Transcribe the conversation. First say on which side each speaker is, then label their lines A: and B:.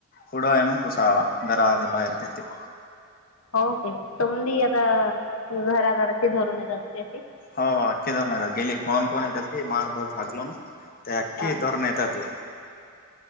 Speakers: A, on the left; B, on the left.
A: पुुडायणूम कुसावा, दरवाजा बाहेर तेते.
B: ओके तुमदी आता घराघरची धरून जातील्याती?
A: होे, ती धरून गेली. कोण कोण येत्याती मार फसलोना. ते अक्की
B: हां
A: धरूण येता तू?